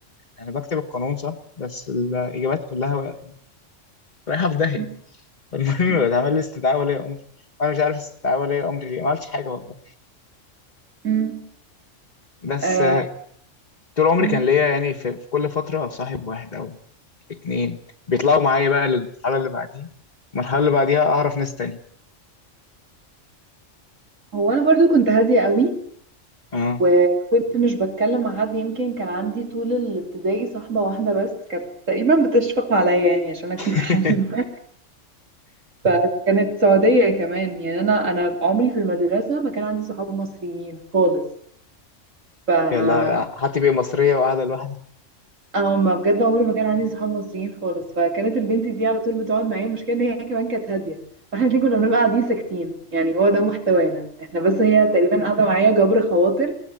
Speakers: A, on the left; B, on the right.
A: انا بكتب القانون صح بس الاجابات كلها رايحه في داهيه
B: مم.
A: المهم
B: مم.
A: اتعمل لي استدعاء ولي امر وانا مش عارف استدعاء ولي امر ليه ما عملتش حاجه والله
B: مم.
A: بس
B: آه،
A: آه، طول عمري
B: مم.
A: كان ليا يعني في, في كل فتره صاحب واحد او اتنين بيطلعوا معايا بقى للمرحله اللي بعديها المرحله اللي بعديها اعرف ناس تانية
B: هو أنا برضو كنت هادية قوي
A: اه
B: وكنت مش بتكلم مع حد يمكن كان عندي طول الابتدائي صاحبة واحدة بس كانت تقريبا بتشفق عليا يعني عشان أنا
A: <laughs>
B: كنت حنينة <laughs> فكانت سعودية كمان يعني أنا أنا عمري في المدرسة ما كان عندي صحاب مصريين خالص ف
A: يلا حتى بقى مصريه وقاعده لوحدي
B: اه ما بجد عمري ما كان عندي صحاب مصريين خالص فكانت البنت دي على طول بتقعد معايا المشكله ان هي كمان كانت هاديه فاحنا الاتنين كنا بنبقى قاعدين ساكتين يعني هو ده محتوانا احنا بس هي تقريبا قاعده معايا جبر خواطر